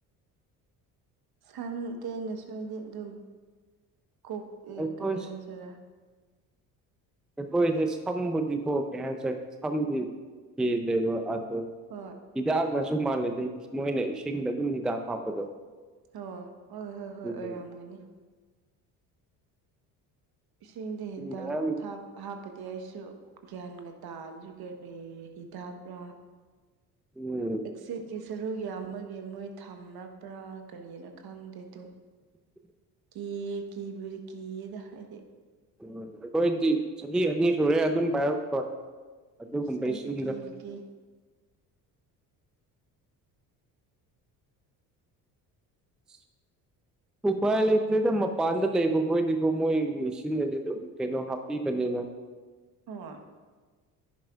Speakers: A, on the right; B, in the centre.
A: ꯁꯝ ꯇꯦꯟꯂꯁꯨ ꯍꯥꯏꯗꯤ ꯑꯗꯨꯝ ꯀꯣꯛ ꯑꯦ
B: ꯑꯩꯈꯣꯏꯁꯤ
A: ꯀꯔꯤ ꯍꯥꯏꯁꯤꯔ
B: ꯑꯩꯈꯣꯏꯁꯦ ꯁꯝꯕꯨꯗꯤꯀꯣ ꯀꯩꯍꯥꯏꯁꯤꯔ ꯁꯝꯕꯨꯗꯤ ꯀꯦꯜꯂꯦꯕ ꯑꯗꯣ
A: ꯍꯣꯏ
B: ꯍꯤꯗꯥꯛꯅꯁꯨ ꯃꯥꯜꯂꯦꯗ ꯃꯣꯏꯅ ꯏꯁꯤꯡꯗ ꯑꯗꯨꯝ ꯍꯤꯗꯥꯛ ꯍꯥꯞꯄꯗꯣ
A: ꯑꯣ ꯍꯣꯏ ꯍꯣꯏ
B: ꯑꯗꯨꯗꯨꯅꯤ
A: ꯍꯣꯏ ꯑꯣꯏꯔꯝꯒꯅꯤ ꯏꯁꯤꯡꯗ
B: ꯏꯁꯤꯡ
A: ꯍꯤꯗꯥꯛ
B: ꯃꯌꯥꯝ
A: ꯊꯥꯞ ꯍꯥꯞꯄꯗꯤ ꯑꯩꯁꯨ ꯒ꯭ꯌꯥꯟꯒ ꯇꯥꯗ꯭ꯔꯤ ꯀꯔꯤ ꯍꯤꯗꯥꯛꯔꯥ
B: ꯎꯝ
A: ꯑꯦꯛꯁꯦꯇꯤ ꯁꯔꯨꯛ ꯌꯥꯝ ꯕꯒꯤ ꯃꯣꯏ ꯊꯝꯔꯛꯕ꯭ꯔꯥ ꯀꯔꯤꯔ ꯈꯪꯗꯦ ꯑꯗꯣ
B: <inaudible>
A: ꯀꯤ ꯀꯤꯕꯨ ꯀꯤꯌꯦꯗ ꯑꯩꯗꯤ
B: ꯎ ꯑꯩꯈꯣꯏꯗꯤ ꯆꯍꯤ ꯑꯅꯤ ꯁꯨꯔꯦ ꯑꯗꯨꯝ ꯄꯥꯏꯔꯛꯄ ꯑꯗꯨꯒꯨꯝꯕ
A: ꯑꯁ ꯑꯩꯗꯤ
B: ꯏꯁꯤꯡꯗꯥ
A: ꯀꯤꯕꯨ ꯀꯤ
B: <inaudible> ꯎꯄꯥꯏ ꯂꯩꯇꯦꯗ ꯃꯄꯥꯟꯗ ꯂꯩꯕ ꯈꯣꯏꯗꯤꯀꯣ ꯃꯣꯏꯒꯤ ꯏꯁꯤꯡꯗꯗꯤ ꯑꯗꯨꯝ ꯀꯩꯅꯣ ꯍꯥꯞꯄꯤꯕꯅꯤꯅ
A: ꯍꯣꯏ